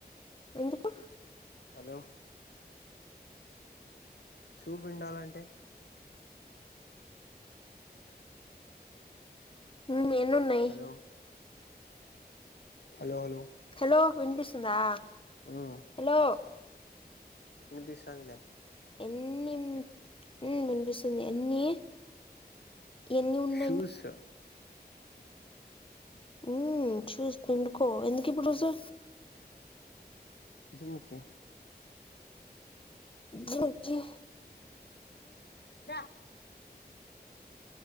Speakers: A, on the left; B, on the left.
A: ఎందుకు.
B: హలో. షూ పిండాలంటే.
A: ఇంగ ఎన్నున్నయ్.
B: హలో హలో హలో
A: హెలో వినిపిస్తుందా
B: ఉమ్
A: హెలో.
B: వినిపిస్తాందిలే.
A: ఎన్నిన్ ఉ వినిపిస్తుంది ఎన్నీ. ఎన్ని ఉన్నయ్
B: షూస్
A: ఊ చూస్ పిండుకో ఎందుకు ఇప్పుడు డస్సు.
B: జిమ్ముకి.
A: జిమ్ కి
B: the